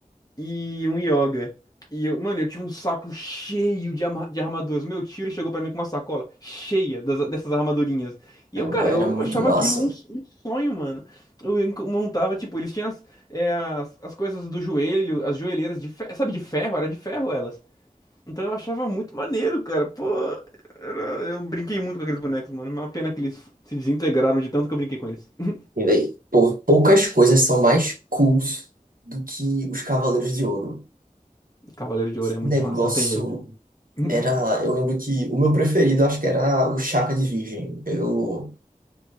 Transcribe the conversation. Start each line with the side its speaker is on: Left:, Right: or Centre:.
Left: e um yoga. E eu, mano, eu tinha um saco cheio de, arma- de armaduras. Meu tio ele chegou pra mim com uma sacola cheia das- dessas armadurinhas. E
Right: Caramba,
Left: eu, cara, eu
Right: era muito
Left: achava
Right: massa.
Left: aquilo um, um sonho, mano. Eu enco- montava, tipo, eles tinham as, é, as, as coisas do joelho, as joelheiras de ferro, sabe, de ferro, era de ferro elas. Então eu achava muito maneiro, cara. Pô, era- eu brinquei muito com aqueles bonecos, mano. Uma pena que eles se desintegraram de tanto que eu brinquei com eles. <laughs>
Right: E daí, pô, poucas coisas são mais cools do que os Cavaleiros de Ouro.
Left: Cavaleiro de Ouro é muito
Right: Que Negócio
Left: massa, não tem jeito. <laughs>
Right: era, eu lembro que o meu preferido acho que era o Chaka de Virgem. Eu